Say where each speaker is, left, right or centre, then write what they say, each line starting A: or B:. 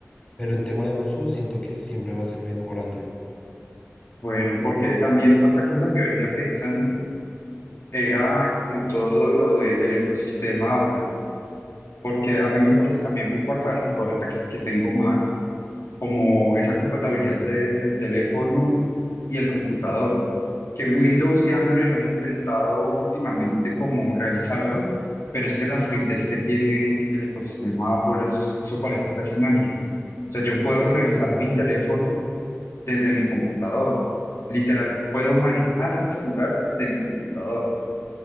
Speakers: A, on the left (about 25°); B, on the left (about 75°).
A: pero en tema de uso siento que siempre va a ser mejor Android.
B: Bueno, porque también otra cosa que venía pensando era como todo lo del ecosistema Apple, porque a mí me parece también muy bacano que ahora te- que tengo Mac. como esa compatibilidad entre el teléfono y el computador, que Windows y Android han intentado últimamente como realizarlo, pero es que la fluidez que tiene el ecosistema Apple, es- eso parece casi magia. O sea, yo puedo revisar mi teléfono desde mi computador. Literal, puedo manejar el celular desde mi computador.